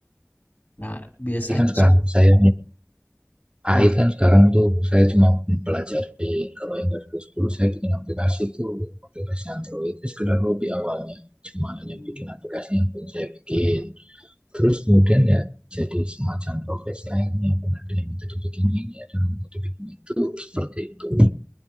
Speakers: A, on the left; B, on the right.
A: Nah, biasanya
B: AI kan sekarang
A: sub
B: saya AI
A: biasanya-
B: kan sekarang tuh saya cuma mempelajari kalau yang dari 2010 saya bikin aplikasi itu aplikasi Android itu sekedar hobi awalnya cuma
A: Hmm.
B: hanya bikin aplikasi yang pun saya bikin terus kemudian ya jadi semacam profesi akhirnya pernah ada yang minta dibikin ini ada yang minta dibikin itu seperti itu